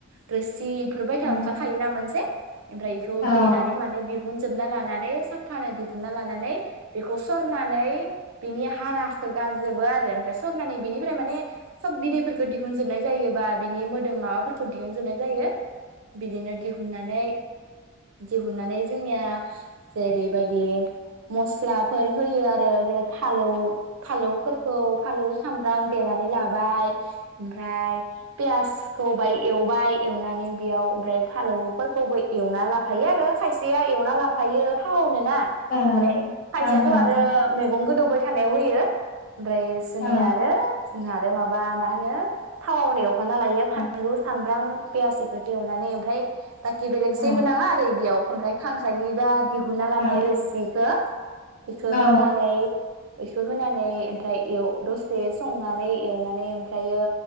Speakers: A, on the right (about 80°); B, on the left (about 45°).
A: रोसिफोर बायथा
B: ओं
A: ओंखारखायोना मोनसे ओमफ्राय बेखौ
B: ओं
A: देनानै माने मोनजोबना लानानै साफानो दि ना लानानै बेखौ सरनानै बिनि हाराखौ गारजोबो आरो ओमफ्राय सरनानै बिनिफ्राय माने सब बिदैफोरखौ दिहुनजोबनाय जायोबा बिनि मोदोम माबा फोरफोरखौ दिहुनजनाय जायो। बिदिनो दिहुननानै दिहुननानै जोंनिया जेरैबायदि मस्ला फोर होयो आरो जेनबा फालौ फालौफोरखौ फालौ सामब्रां देनानै लाबाय ओमफ्राय पियासखौ बाय एवबाय एवनानै बेयाव ओमफ्राय फालौफोरखौबो एवना लाफायो आरो खायसेया एवना लाफायो थाव होनो ना ओमफ्राय
B: ओं
A: खायसेथ
B: ओं ओं
A: आरो मैगं गोदौबाय खानायाव होयो । ओमफ्राय जोंनिया
B: ओं
A: आरो जोंहा आरो माबा मा होनो थावआव होनायाव ना लायो फानलु
B: ओं
A: सामब्रां पियास इफोरखो एवनानै ओमफ्राय बाखि बेलेग जेबो
B: ओं
A: नाङा आरो बेयाव ओमफ्राय खांख्राइनि बा दिहुनना लानाय
B: ओं
A: रोसिखो बिखो
B: औ
A: होनानै इखो होनानै ओमफ्राय एव दसे स संनानै एवनानै ओमफ्रायो